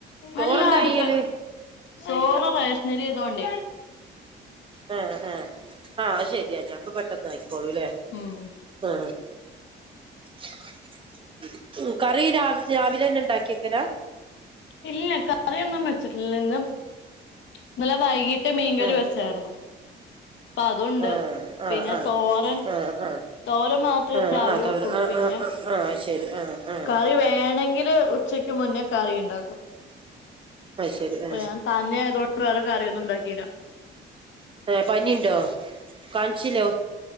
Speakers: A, on the right (about 25°); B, on the left (about 70°).
A: ചോറെന്താ
B: അല്ല അടുപ്പ
A: ചെയ്യല്
B: സോറ് റേഷനരി ആയതോണ്ടേ
A: ആ ആ ആശരിയന്ന അപ്പൊ പെട്ടെന്ന് ആയിക്കോളൂല്ലേ
B: ഉം
A: ആ <unintelligible> ഉം കറി ര രാവിലെ തന്നെ ഉണ്ടാക്കി വെയ്ക്കല
B: ഇല്ല കറിയൊന്നും വെച്ചിട്ടില്ല ഇന്ന് ഇന്നലെ വൈകിട്ട് <unintelligible> മീൻകറി
A: ആഹ്
B: വെച്ചായിരുന്നു അപ്പൊ അതുണ്ട്
A: ആഹ് ആഹ്
B: പിന്നെ
A: ആഹ്
B: തോരൻ
A: ആഹ് ആഹ്
B: തോരൻ മാത്രമേ
A: ആഹ്
B: രാവിലെ
A: ആഹ് തോര
B: വെക്കുള്ളു
A: ആഹ്
B: പിന്നെ
A: ആഹ് ആഹ് ആഹ് ശരി ആആ
B: കറി വേണെങ്കില് ഉച്ചക്ക് മുന്നേ കറി ഉണ്ടാക്കും
A: അത് ശരി
B: അപ്പൊ
A: ആഹ്
B: ഞാൻ തന്നെ ആയതൊണ്ട് വേറെ കറിയോന്നും ഉണ്ടാക്കില്ല
A: ആ പനിയുണ്ടോ കാണിചില്ല